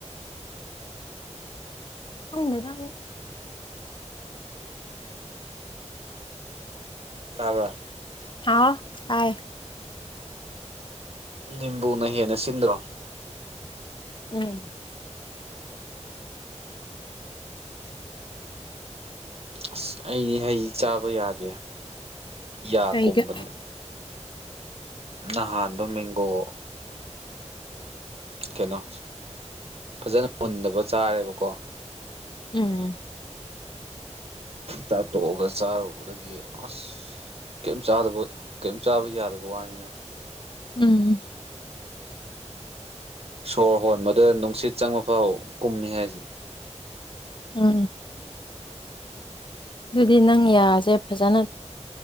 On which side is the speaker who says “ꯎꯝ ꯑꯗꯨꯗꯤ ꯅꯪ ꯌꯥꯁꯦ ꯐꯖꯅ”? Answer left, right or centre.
Left